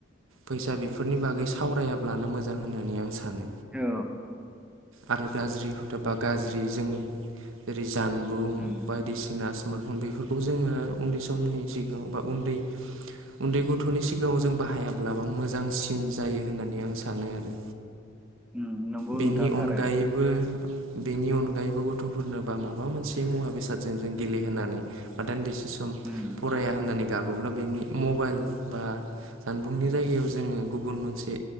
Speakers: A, on the right (about 75°); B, in the centre.
A: फैसा बेफोरनि बागै सावरायाब्लानो मोजां होननानै आं सानो
B: औ
A: आरो गाज्रि खोथा बा गाज्रि जों जानबुं
B: उम
A: बायदिसिना स्मार्टफन बेफोरखौ जोङो उन्दै समनि सिगाङाव बा उन्दै उन्दै गथ'नि सिगाङाव जों बाहायाब्ला बा मोजांसिन जायो होननानै आं सानो आरो
B: उम नंगौ
A: बेनि
B: नोंथां थारैनो
A: अनगायैबो बेनि उन अनगायैबो गथ'फोरनोबा माबा मोनसे मुवा बेसादजों जों गेलेहोनानै ब दान्दिसे सम
B: उम
A: फराया होननानै गाबोब्ला बेनि मबाइल बा जानबुंनि जायगायाव जोङो गुबुन मोनसे